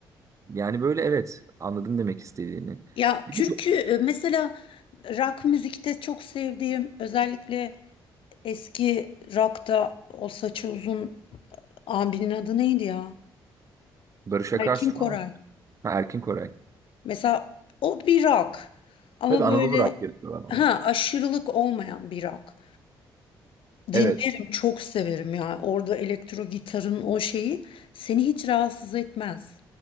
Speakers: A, on the right (about 30°); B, on the left (about 60°).
A: Yani böyle evet anladım demek istediğini.
B: Ya
A: Bir
B: türkü
A: de bu-
B: e, mesela rock müzikte çok sevdiğim özellikle eski rock'ta o saçı uzun Abinin adı neydi ya?
A: Barış Akarsu
B: Erkin Koray.
A: falan. Ha, Erkin Koray.
B: Mesela o bir rock. Ama
A: Tabii Anadolu
B: böyle
A: rock yapıyorlar onlar.
B: ha aşırılık olmayan bir rock. Dinlerim,
A: Evet
B: çok severim ya. Orada elektro gitarın o şeyi seni hiç rahatsız etmez.